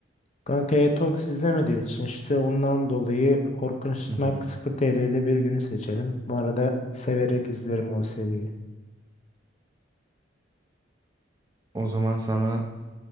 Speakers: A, on the left (about 35°); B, on the right (about 20°).
A: Kankaya Talks izlemediğim için işte ondan dolayı Orkun Işıtmak
B: Hı hı.
A: 0 TL ile bir günü seçerim. Bu arada severek izlerim o seriyi.
B: O zaman sana